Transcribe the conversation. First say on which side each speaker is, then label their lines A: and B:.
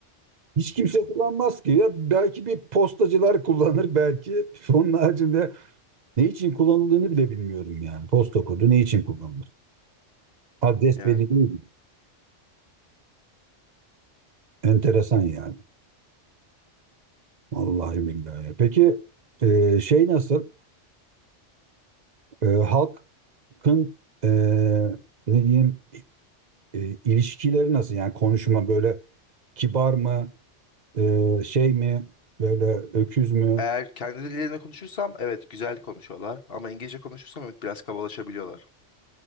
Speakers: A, on the right; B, on the left.
A: Hiç kimse kullanmaz ki ya. Belki bir postacılar kullanır belki. <laughs> Onun haricinde ne için kullanıldığını bile bilmiyorum yani. Posta kodu ne için kullanılır? Adres
B: Yani.
A: belli değil. mi? Enteresan yani. Vallahi billahi. Peki e, şey nasıl? E, halkın e, ne diyeyim e, ilişkileri nasıl? Yani konuşma böyle kibar mı? E, şey mi? Böyle öküz mü?
B: Eğer kendi dillerinde konuşursam evet güzel konuşuyorlar. Ama İngilizce konuşursam evet biraz kabalaşabiliyorlar.